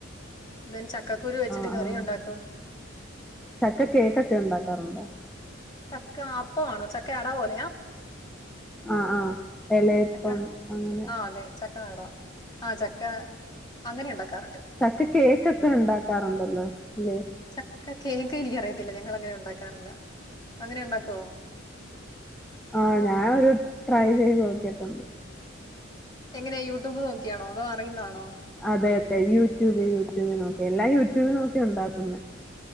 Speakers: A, on the left; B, in the centre.
A: ഇത ചക്കക്കുരു വെച്ചിട്ട്
B: ആഹ്
A: കറിയുണ്ടാക്കും
B: ആഹ് ചക്ക കേക്കൊക്കെ ഉണ്ടാക്കാറുണ്ടോ
A: ചക്ക അപ്പം ആണോ ചക്ക അട പോലെയ
B: ആഹ് ആഹ് എലയപ്പം
A: ചക്ക
B: അങ്ങനെ
A: ആ അതെ ചക്ക അട ആഹ് ചക്ക അങ്ങനെ ഉണ്ടാക്കാറുണ്ട്
B: ചക്ക കേക്കൊക്കെ ഉണ്ടാക്കാറുണ്ടല്ലോ അല്ലേ
A: ചക്ക കേക്ക് എനിക്കറിയത്തില്ല ഞങ്ങൾ അങ്ങനെ ഉണ്ടാക്കാറില്ല അങ്ങനെ ഉണ്ടാക്കോ
B: ആ ഞാനൊരു ട്രൈ ചെയ്ത് നോക്കിയിട്ടുണ്ട്
A: എങ്ങനെ യൂട്യൂബ് നോക്കിയാണോ അതോ അറിയുന്നാണോ
B: അതെ അതെ യൂട്യൂബ് യൂട്യൂബ് നോക്കി എല്ലാം യൂട്യൂബ് നോക്കി ഉണ്ടാക്കുന്നെ